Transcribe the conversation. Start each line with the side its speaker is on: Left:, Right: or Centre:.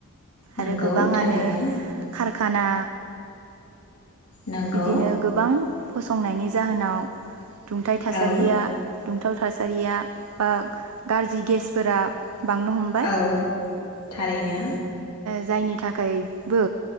Left: नंगौ
Right: आरो गोबाङानो
Left: थारैनो
Right: खार खाना
Left: नंगौ
Right: बिदिनो गोबां फसंनायनि जाहोनाव दुंथाइ थासारिया
Left: औ
Right: दुं थाव थासारिया बा गारजि गेसफोरा। बांनो हमबाय
Left: औ थारैनो।
Right: जायनि थाखाय बो